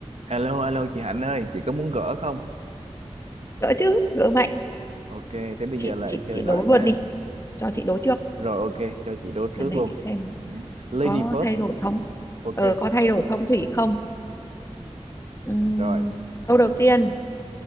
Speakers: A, on the right (about 70°); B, on the left (about 25°).
A: Alo, alo chị Hạnh ơi, chị có muốn gỡ không?
B: gỡ chứ gỡ mạnh
A: Ok, thế bây
B: chị
A: giờ lại
B: chị
A: chơi
B: chị
A: lại
B: đố
A: nha.
B: luôn đi cho chị đố trước
A: Rồi ok, cho chị đố
B: lần
A: trước
B: này
A: luôn.
B: chị xem
A: Ừ. Lady
B: có
A: first.
B: thay đổi không
A: Ok,
B: ờ có thay đổi phong thủy không Ừm,
A: rồi.
B: câu đầu tiên